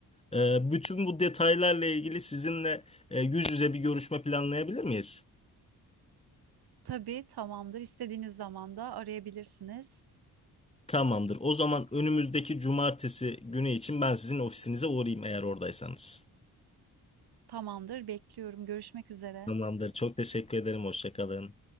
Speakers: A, on the left; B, on the right.
A: E, bütün bu detaylarla ilgili sizinle e, yüz yüze bir görüşme planlayabilir miyiz?
B: Tabii tamamdır. İstediğiniz zaman da arayabilirsiniz.
A: Tamamdır. O zaman önümüzdeki cumartesi günü için ben sizin ofisinize uğrayayım eğer oradaysanız.
B: Tamamdır, bekliyorum. Görüşmek üzere.
A: Tamamdır. Çok teşekkür ederim. Hoşça kalın.